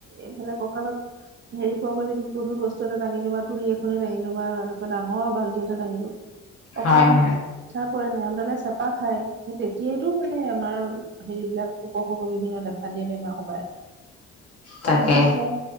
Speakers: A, on the right; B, on the left.
A: এইফালে কঁকালত হেৰি, পোৱা পৰা যদি গধুৰ বস্তু এটা দঙিলো, বা তুলী এখনেই দাঙিলো, বা এনেকুৱা ডাঙৰ বাল্টি এটা দাঙিলো। অকমান
B: হয় হয়
A: চাৰ পৰে, নচডালে চেপা খায়, সেই তেতিয়াইটো মানে আমাৰ হেৰিবিলাক, উপভোগ <unintelligible> <unintelligible> <unintelligible>
B: তাকে
A: বিছনাত